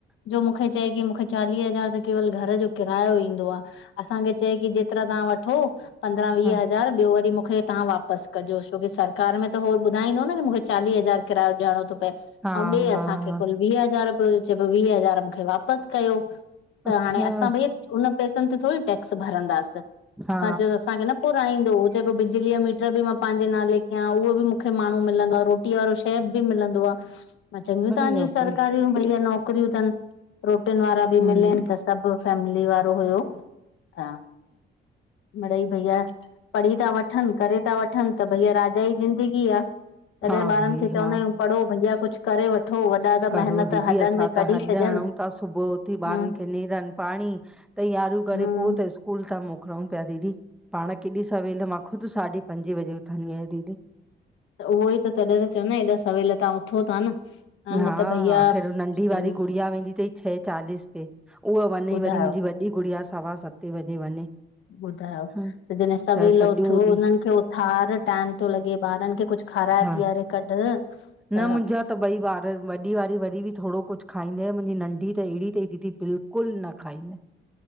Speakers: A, on the left; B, in the centre.
A: जो मूंखे चए की मूंखे चालीह हज़ार त केवल घर जो किरायो ईंदो आ। असांखे चए की जेतिरा तव्हां वठो, पंद्रहां वीह
B: हा
A: हज़ार ॿियो वरी मूंखे तव्हां वापसि कजो छोकी सरकार में त हो ॿुधाईंदो न, मूंखे चालीह हज़ार किरायो ॾियणो तो पए
B: हा
A: अउं ॾे
B: हा
A: असांखे कुल वीह हज़ार पो चइ पो वीह हज़ार मूंखे वापसि कयो,
B: अच्छा
A: त हाणे असां भइया हुन पैसनि ते थोड़ी टैक्स भरंदासीं
B: हा
A: असां चयो असांखे न पुराईंदो। चए पयो बिजलीअ जो मीटर बि मां पंहिंजे नाले कयां, उहो बि मूंखे माण्हू मिलंदो आ रोटी वारो शेफ़ भी मिलंदो आ, मां चङियूं
B: अरे
A: तहांजी
B: बाप
A: सरकारियूं
B: रे
A: भईया नौकरियूं तनि। रोटीन वारा बि
B: हम्म
A: मिलन त सभ फैमिली वारो हुयो। हा मिड़ई भईया पढ़ी ता वठन, करे ता वठन। त भईया राजा ई ज़िंदगी आ तॾें
B: हा
A: ॿारनि
B: भाई
A: खे चवंदा
B: हा
A: आयूं? पढ़ो भैया कुछ करे वठो वॾा त
B: करो
A: महिनत
B: दीदी
A: हॾनि
B: असां
A: में
B: त
A: कढी
B: हॾु
A: छॾनि
B: हणूं था, सुबुह उथी
A: हम्म
B: ॿारन खे नेरनि पाणी तैयारियूं करे
A: हम्म
B: पो त स्कू स्कूल ता मोकलऊं पिया दीदी, पाण केॾी सवेल मां ख़ुद साढी पंजे बजे उथंदी आयां दीदी।
A: त उहोई त तॾहिं त चवदां इन हेॾा सवेल तां उथो ता न?
B: हा!
A: न त भईया
B: आख़िर नंढी
A: सही
B: वारी गुड़िया वेंदी तई छह चालीस ते उहा वञई
A: ॿुधायो
B: वरी मुंजी वॾी गुड़िया सवा सते बजे वञे।
A: ॿुधायो
B: हा
A: त जॾें सवेल
B: सॼो
A: उथो हुननि
B: ॾींहुं
A: खे उथार टाइम तो लॻे ॿारन खे कुछ खाराए
B: हा
A: पीआरे कढ त
B: न मुंजा त ॿई ॿार वॾी वारी वरी बि थोड़ो कुछ खाईंद मुंजी नंढी त एड़ी तई दीदी बिल्कुलु न खाईंदी।